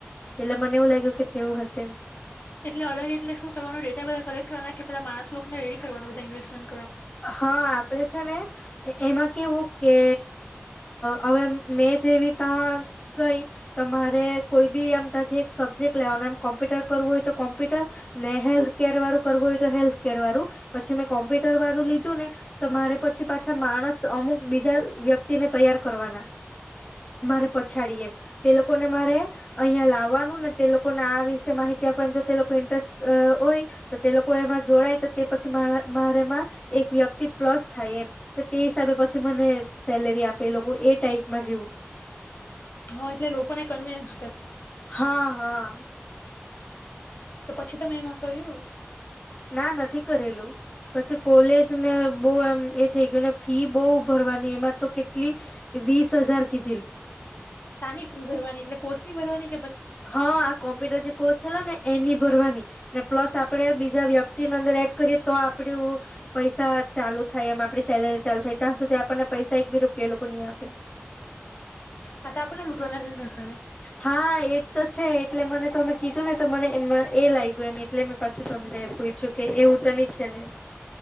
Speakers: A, on the left (about 25°); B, on the left (about 45°).
A: એટલે મને એવું લાગ્યું કે તેવું હશે એમ
B: એટલે અલગ એટલે શું કરવાનું ડેટા બધા કલેક્ટ કરવાના કે બધા માણસ લોકોને રેડી કરવાના બધા ઇન્વેસ્ટમે
A: હા આપડે છે ને એમાં કેવું કે અ હવે મેં જેવી ત્યાં ગઈ તમા મારે કોઈ બી આમ ત્યાંથી એક સબ્જેક્ટ લેવાનું એમ કોમ્પ્યુટર કરવું હોય તો કોમ્પ્યુટર ને હેલ્થ કેર વાળું કરવું હોય તો હેલ્થ કેર વાળું પછી મેં કોમ્પ્યુટર વાળું ને તો મારે પછી પાછા માણસ અમુક બીજા વ્યક્તિને તૈયાર કરવાના મારે પછાડી એમ તે લોકોને મારે અહંયા લાવવાનું ને તે લોકોને આ વિષ માહિતી આપવાની જો તે લોકો ઇન્ટરેસ્ટ હોય તો તે લોકો એમાં જોડાય તો તે પછી મારેમાં એક વ્યક્તિ પ્લસ થાય એમ તો તે હિસાબે પછી મને સેલરી આપે લોકો એ ટાઈપમાં જેવું.
B: હા એટલે લોકોને કન્વીન્સ
A: હા હા.
B: તો પછી તમે એમાં કહ્યું.
A: ના નથી કરેલું પછી કોલેજને બહુ એમ એ થઈ ગયુંને ફી બહુ ઉભરવાની એમાં તો કેટલી વીસ હજાર કીધેલી
B: સાની ફીવરવાની એટલે કો બરવાની
A: હા આ કોમ્પ્યુટર જે કોર્સ લો ને એની ભરવાની ને પ્લસ આપડે બીજા વ્યક્તિની અંદર એડ કરીએ તો આપડુ પૈસા ચાલુ થાય એમ આપડી સેલેરી ચાલુ થાય ત્યાં સુધી આપણને પૈસા એક બી રૂપિયા લોકો ની આપે
B: આ આપણેને લૂટવાના ઘંધા
A: હા એક તો છે એટલે મને તો મેમે કીધું ને તો મને એ એ લાગ્યું એમ એટલે મેં પાછું તમને પૂછું કે એવું તની છે ને એમ